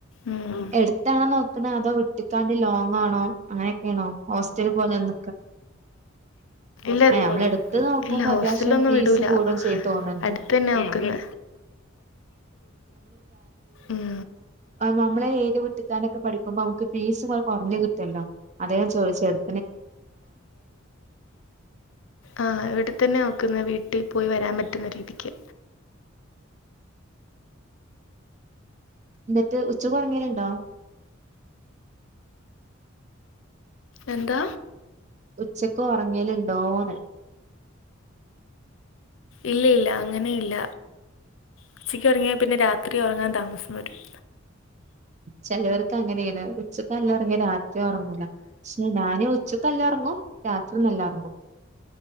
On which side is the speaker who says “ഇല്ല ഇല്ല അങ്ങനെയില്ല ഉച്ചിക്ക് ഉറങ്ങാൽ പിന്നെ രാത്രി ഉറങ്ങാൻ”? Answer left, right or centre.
Left